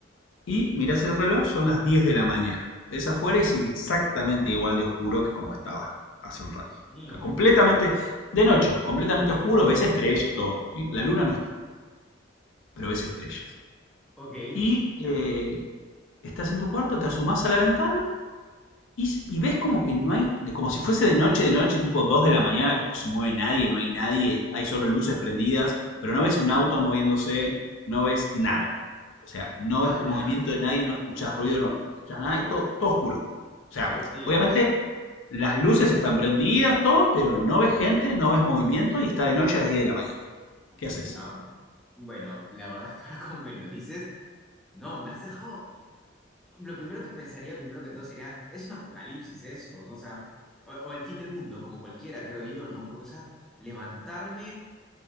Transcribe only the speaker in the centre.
Dios mío.
Ok,
ya.
¡Hala!
¡Qué
escalofríos!
Ya. Bueno, la verdad es que <laughs> ahora como me lo dices, no, me has dejado. Lo primero que pensaría, primero que todo, sería, es un apocalipsis esto, ¿no? O sea, o, o el fin del mundo, como cualquiera, creo yo, ¿no? Porque, o sea, levantarme.